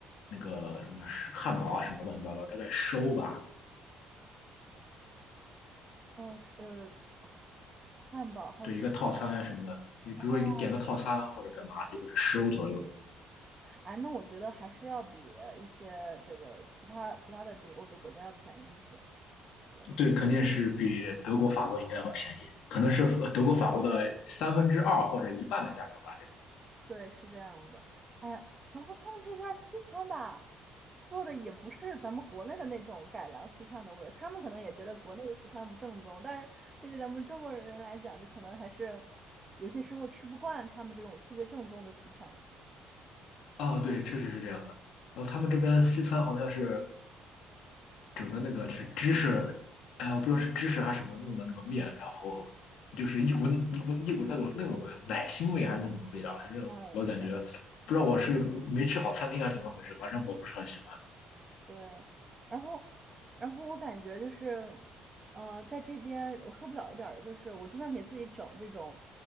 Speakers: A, on the left; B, on the right.
A: 那个什么汉堡啊什么乱七八糟，大概十欧吧。
B: 嗯，呃，汉堡还有什
A: 对，一个套餐啊什么的，你比如说你点个套餐或者干嘛，
B: 么？哦。
A: 就是十欧左右。
B: 哎，那我觉得还是要比一些这个其他其他的这个欧洲国家要便宜一些。对
A: 对，肯定是比德国、法国应该要便宜，可能是德国、法国的三分之二或者一半的价格吧。
B: 对，是这样的。哎呀，主要是他们这边儿西餐吧，做的也不是咱们国内的那种改良西餐的味儿，他们可能也觉得国内的西餐不正宗，但是对于咱们中国人来讲，就可能还是有些时候吃不惯他们这种特别正宗的西餐。
A: 啊，对，确实是这样的。然后他们这边西餐好像是整的那个是芝士，哎，我不知道是芝士还是什么弄的那个面，然后就是一股一股一股那种那种味奶腥味还是那种味道，反正我感觉
B: 嗯，对。
A: 不知道我是没吃好餐厅还是怎么回事，反正我不是很喜欢。
B: 对，然后，然后我感觉就是，呃，在这边我受不了一点儿的就是，我就算给自己整这种，